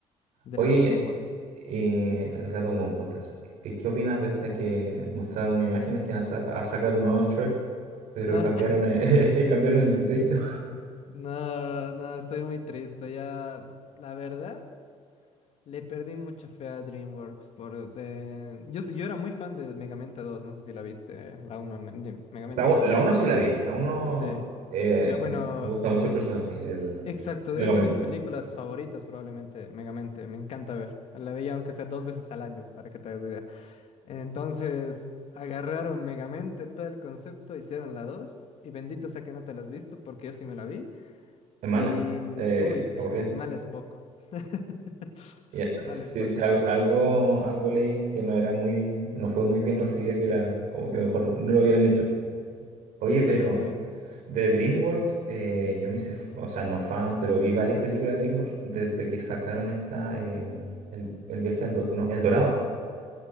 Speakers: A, on the left (about 55°); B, on the right (about 75°).
A: Del
B: Oye,
A: gato con botas.
B: eh, El gato con botas. ¿Y qué opinas de esta que mostraron imágenes que van a, sa- a sacar un nuevo Shrek, pero
A: Ah,
B: cambiaron el, <laughs> cambiaron el diseño?
A: <laughs> no, no, estoy muy triste. Ya, la verdad, le perdí mucha fe a DreamWorks por... eh, yo, s- yo era muy fan de Megamente 2 no sé si la viste, la uno al men- de Megamente
B: La, u-
A: en general.
B: la uno sí la vi. La uno
A: Sí.
B: eh,
A: Ya, Bueno,
B: me gusta mucho el personaje, el
A: Exacto,
B: Megamente.
A: es de mis películas favoritas probablemente, Megamente, me encanta ver. La veía aunque sea dos veces al año, para que te hagas la idea. Entonces, agarraron Megamente todo el concepto, hicieron la dos, y bendito sea que no te la has visto, porque yo sí me la vi,
B: Es mala,
A: y...
B: eh,
A: Uy,
B: aburrida.
A: mal es poco. <laughs>
B: Ya,
A: Mal
B: Sí,
A: es poco.
B: sí, al- algo, algo leí que no era muy, no fue muy bien recibida, que era como que mejor no lo hubieran hecho. Oye,
A: Sí.
B: pero de DreamWorks, eh, yo me hice, f- o sea, no fan, pero vi varias películas de DreamWorks desde que sacaron esta, em, el, el viaje al, Do- no, El Dorado.